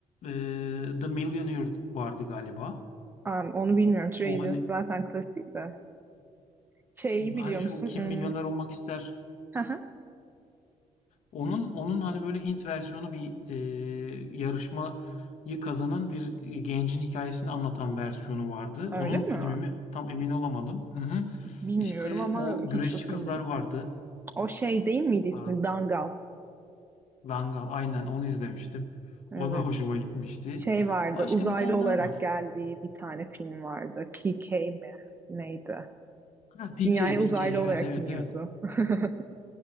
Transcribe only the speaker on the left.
e, The Millionaire vardı galiba.
O
hani
hani şu
Kim
Milyoner Olmak ister
Onun onun hani böyle Hint versiyonu bir eee, yarışmayı kazanan bir gencin hikayesini anlatan versiyonu vardı.
Onun
filmi mi? Tam emin olamadım. Hı hı.
İşte
o
güreşçi
kızlar
vardı.
Aa,
Dangal aynen onu izlemiştim.
O da hoşuma gitmişti.
Başka
bir tane
daha var.
Ha, PK
PK
evet
evet
evet.